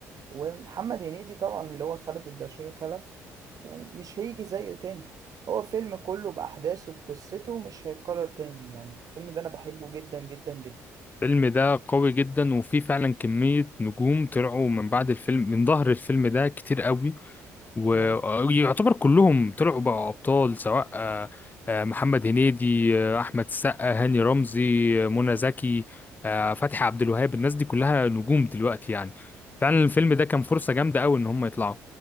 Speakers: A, on the right; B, on the left.
A: ومحمد هنيدي طبعا اللي هو خلف الدشوري خلف يعني مش هيجي زيه تاني هو فيلم كله بأحداثه بقصته مش هيتكرر تاني يعني الفيلم ده أنا بحبه جدا جدا جدا
B: الفيلم ده قوي جدا وفيه فعلا كميه نجوم طلعوا من بعد الفيلم من ظهر الفيلم ده كتير قوي ويعتبر
A: اه
B: كلهم طلعوا بقى ابطال سواء آه، آه، محمد هنيدي آه، احمد السقا هاني رمزي آه، منى زكي آه، فتحي عبد الوهاب الناس دي كلها نجوم دلوقتي يعني فعلا الفيلم ده كان فرصة جامدة قوي ان هم يطلعوا